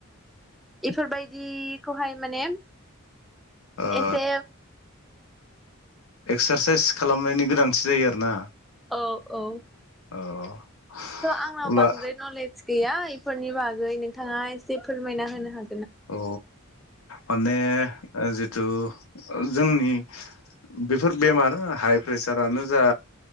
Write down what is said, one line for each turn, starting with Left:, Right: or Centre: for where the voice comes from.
Centre: इफोरबायदिखौहाय माने
Left: ओ
Centre: एसे
Left: एक्सारसाइस खालामनायनि गोनांथि जायो आरो ना।
Centre: औ औ।
Left: औ।
Centre: स' आंनाव
Left: अब्ला
Centre: बांद्राय नलेज गैया इफोरनि बागै नोंथाङा एसे फोरमायना हो। होनो हा
Left: अ माने जिथु ओ जोंनि बेफोर बेमार हाइ प्रेसारानो जा